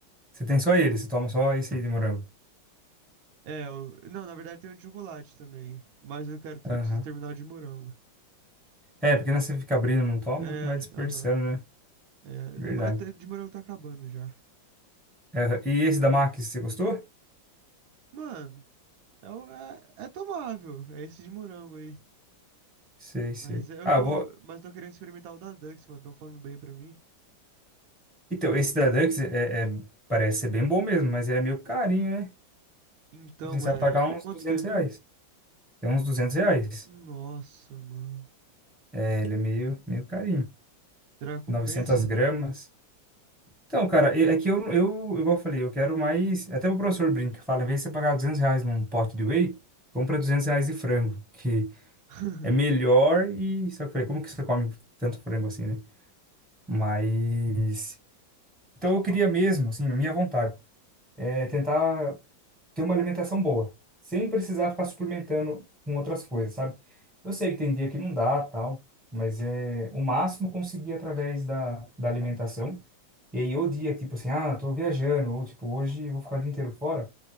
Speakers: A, in the centre; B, on the right.
A: Você tem só ele, você toma só esse aí de morango.
B: É, eu- não, na verdade tem um de chocolate também. Mas eu quero, eu
A: Aham.
B: preciso terminar o de morango.
A: É, porque né, você fica abrindo, não toma,
B: É,
A: vai desperdiçando,
B: aham.
A: né?
B: é,
A: Verdade.
B: mas o de morango tá acabando já.
A: Aham. E esse da Max, você gostou?
B: Mano, é, o- é, é tomável. É esse de morango aí.
A: Sei,
B: Mas
A: sei.
B: é, eu
A: Ah,
B: tô,
A: vou.
B: mas eu tô querendo experimentar o da Dux, mano. Tão falando bem pra mim.
A: Então, esse da Dux é, é- parece ser bem bom mesmo, mas ele é meio carinho, né?
B: Então,
A: Assim, você
B: é,
A: vai pagar uns
B: quanto
A: 200
B: que é mesmo?
A: reais. É uns 200 reais.
B: Nossa, mano.
A: É, ele é meio, meio carinho.
B: Será que
A: novecentas
B: compensa?
A: gramas. Então, cara, é é que eu, eu, igual eu falei, eu quero mais. Até o professor brinca, fala, em vez de você pagar 200 reais num pote de whey, compra 200 reais de frango, que
B: <laughs>
A: é melhor e. Só que eu falei, como que você come tanto frango assim, né? Mas. Então, eu queria mesmo, assim, a minha vontade, é tentar. ter uma alimentação boa, sem precisar ficar suplementando com outras coisas, sabe? Eu sei que tem dia que não dá, tal, mas é o máximo conseguir através da, da alimentação. E aí, o dia, tipo assim, ah, tô viajando, ou tipo, hoje eu vou ficar o dia inteiro fora,